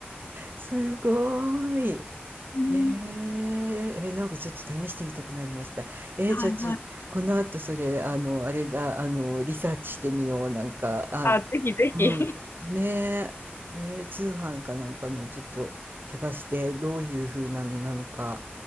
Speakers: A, on the right; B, on the left.
A: すごい。
B: うん、
A: へえ、え、なんかちょっと試してみたくなりました。えー、
B: はいはい。
A: じゃあちょ、この後それ、あの、あれだ、あの、リサーチしてみよう。なんか、あ
B: あ、ぜひぜひ。
A: うん、ねえ、へえ、通販かなんかのちょっと探してどういう風なのなのか、